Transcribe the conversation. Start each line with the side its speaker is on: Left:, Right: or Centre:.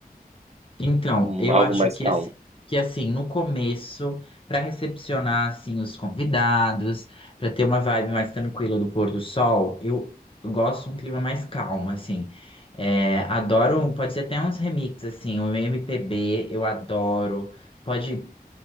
Left: Então,
Right: um-
Left: eu
Right: algo
Left: acho
Right: mais
Left: que
Right: calmo?
Left: assim, que assim, no começo, para recepcionar assim os convidados, para ter uma vibe mais tranquila do pôr do sol, eu gosto de um clima mais calmo, assim. É, adoro, pode ser até uns remixes assim, um MPB, eu adoro. Pode